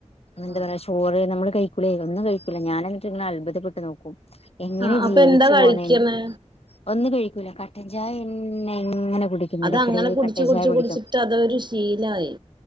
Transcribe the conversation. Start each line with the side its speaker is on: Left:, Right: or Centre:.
Left: എന്താ
Right: ആഹ്
Left: പറ ചോറ് നമ്മള് കഴിക്കൂല ഒന്നും കഴിക്കൂില്ല ഞാന്എന്നിട് ഇങ്ങനെ അത്ഭുതപ്പെട്ട് നോക്കും. എങ്ങനെ
Right: ആഹ് അപ്പൊ
Left: ജീവിച്ചു
Right: എന്താ കഴിക്കണേ
Left: പോന്നേ ഒന്നും കഴിക്കൂല കട്ടൻ ചായ എന്നെ എങ്ങനെ കുടിക്കും.
Right: അതങ്ങനെ
Left: മെടക്കറി
Right: കുടിച്ച്
Left: കട്ടൻ
Right: കുടിച്ച്
Left: ചായ കുടിക്കും.
Right: കുടിച്ചിട്ട് അതൊരു ശീലായി